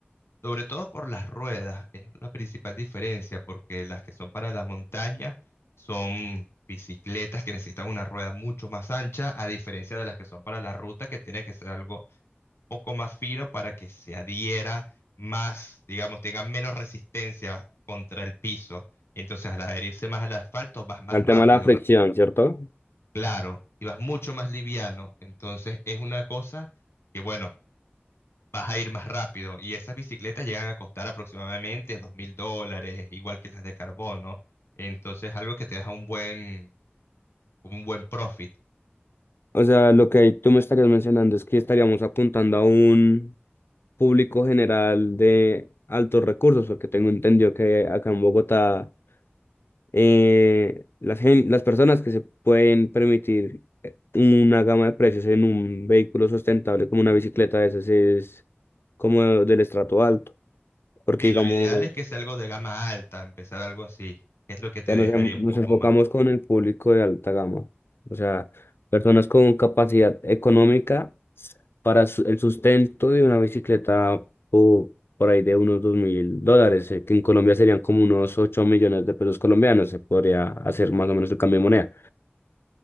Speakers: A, on the left; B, on the left.
A: Sobre todo por las ruedas, es la principal diferencia, porque las que son para la montaña son bicicletas que necesitan una rueda mucho más ancha, a diferencia de las que son para la ruta, que tiene que ser algo poco más fino para que se adhiera más, digamos, tenga menos resistencia contra el piso. Entonces, al adherirse más al asfalto, vas más
B: El
A: rápido,
B: tema de la fricción, ¿cierto?
A: claro, y vas mucho más liviano. Entonces, es una cosa que, bueno, vas a ir más rápido. Y esas bicicletas llegan a costar aproximadamente dos mil dólares, igual que las de carbono. Entonces, algo que te deja un buen, un buen profit.
B: O sea, lo que tú me estarías mencionando es que estaríamos apuntando a un público general de altos recursos, porque tengo entendido que acá en Bogotá eh, las, gen- las personas que se pueden permitir eh, una gama de precios en un vehículo sustentable como una bicicleta de esas es como del estrato alto, porque
A: Sí,
B: digamos,
A: lo ideal es que sea algo de gama alta, empezar algo así. Es lo que te
B: ya
A: dejaría
B: nos, en-
A: un
B: nos
A: poco
B: enfocamos
A: más.
B: con el público de alta gama, o sea, personas con capacidad económica para su- el sustento de una bicicleta po- por ahí de unos dos mil dólares, eh, que en Colombia serían como unos 8 millones de pesos colombianos, se podría hacer más o menos el cambio de moneda.